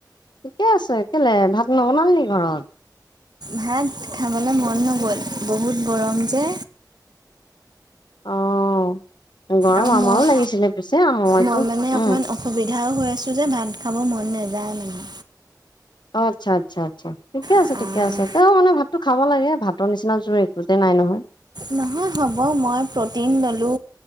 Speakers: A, on the left; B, on the right.
A: ঠিকে আছে। কেলে ভাত নবনালি নেকি ঘৰত?
B: ভাত খাবলৈ মন নগ'ল। বহুত গৰম যে,
A: অ', গৰম
B: আৰু
A: আমাৰো
B: মোৰ,
A: লাগিছিলে পিছে মইতো
B: মই মানে অকমান
A: উম
B: অসুবিধাও হৈ আছো যে নাই বনোৱা খাব মন নাযায় মানে,
A: অ', আচ্ছা, আচ্ছা, আচ্ছা, ঠিকে আছে
B: মানে
A: ঠিকে আছে। তেওঁ মানে ভাতটো খাব লাগে ভাতৰ নিচিনা জোৰ একোতে নাই। নহয়,
B: নহয় হ'ব মই প্ৰটিন ললো